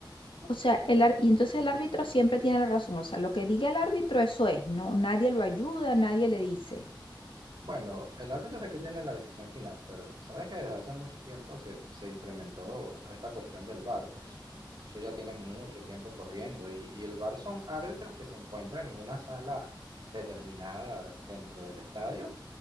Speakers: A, on the left (about 90°); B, on the right (about 55°).
A: O sea, el ar- y entonces el árbitro siempre tiene la razón. O sea, lo que diga el árbitro, eso es. No, nadie lo ayuda, nadie le dice.
B: Bueno, el árbitro es el que tiene la decisión final, pero sabes que desde hace mucho tiempo se, se implementó esta cuestión del VAR, pues. Eso ya tiene mucho tiempo corriendo y, y el VAR son árbitros que se encuentran en una sala determinada dentro del estadio,